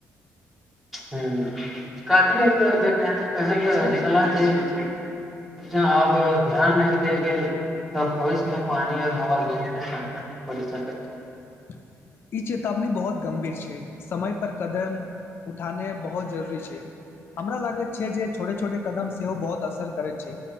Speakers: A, in the centre; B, on the left.
A: ह की एक वैज्ञानिक पल ज आब ध्यान नहि दे गेल त भविष्य मे पानी आऔर हवा दुोनू संकट पड़ि सकैत छै
B: <inaudible> ई चेतावनी बहुत गंभीर छै समय पर कदम उठाने बहुत जरूरी छै हमरा लागैत छै जे छोटे छोटे कदम सेहो बहुत असर करैत छै